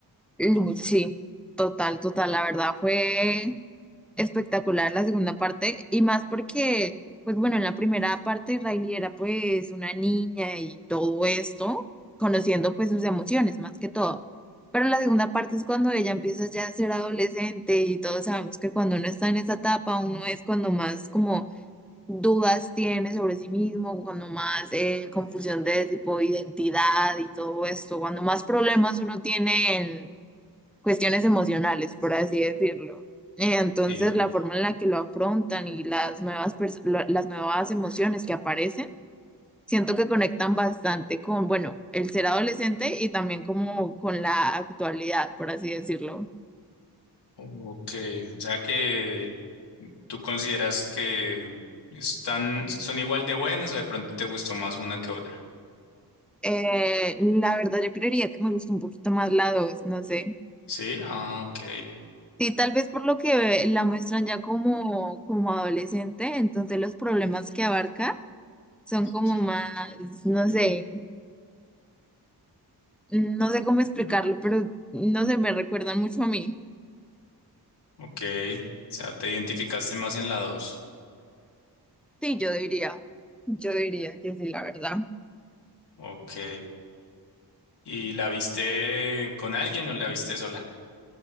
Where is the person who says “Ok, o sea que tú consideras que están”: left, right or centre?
Left